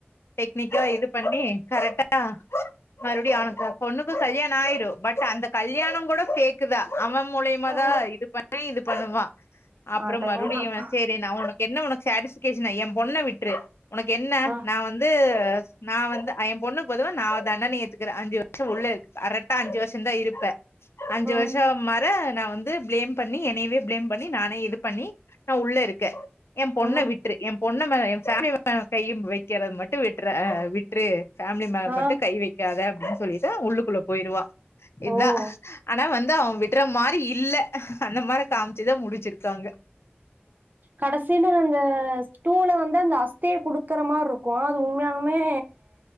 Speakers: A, on the left (about 80°); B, on the right (about 45°).
A: டெக்னிக்கா இது பண்ணி கரெக்டா மறுபடியும் அவனுக்கு பொண்ணுக்கு கல்யாண ணம் ஆயிரும் பட் அந்த கல்யாணம் கூட ஃபேக்குதா அவன் மூலியமா
B: ஓ
A: தான் இது பண் ணி இது பண்ணுவா அப்புறம்
B: அடேங்கப்பா
A: மறுபடியும் சேரி நா உனக்கு என்ன உனக்கு சாட்டிஸ்கேஷன் என் பொண்ண விட்ரு உனக்கு என்ன
B: ம்
A: நா வந்து ந்து நா வந்து அ என் பொண்ணுக்கு பதிலா நா அவா தண்டனைய ஏத்துக்குறேன் அஞ்சு வருஷம் உள்ள இரு கரெக்ட்டா அஞ்சு வருஷம் தான் இருப்ப அஞ்சு
B: ம்
A: வருஷம் மாற நா வந்து ஃப்ளேம் பண்ணி என்னயவே ஃபிளேம் பண்ணி நானே இது பண்ணி நா உள்ள இருக்க என் பொண்ண
B: ம்
A: விட்டு விட்ரு என் பொண்ண ம என் ஃபேமிலி மே கைய வைக்கிறது மட்டும் விட்டுற விட்ரு ஃபேமிலி மேல
B: ஆ
A: மட்டும் கை வைக்காத அப்படின்னு சொல்லிட்டு உள்ளுக்குள்ள போயிடுவா இதா
B: ஓ
A: ஆனா வந்து அவன் விட் விட்ற மாரி இல்ல அந்த மாரி காமிச்சுதான் முடிச்சிருக்காங்க
B: கடைசியில அந்த ஸ்டூல வந்து அந்த அஸ்திய குடுக்குற மாரி இருக்கும் அது உண்மையான ளுமே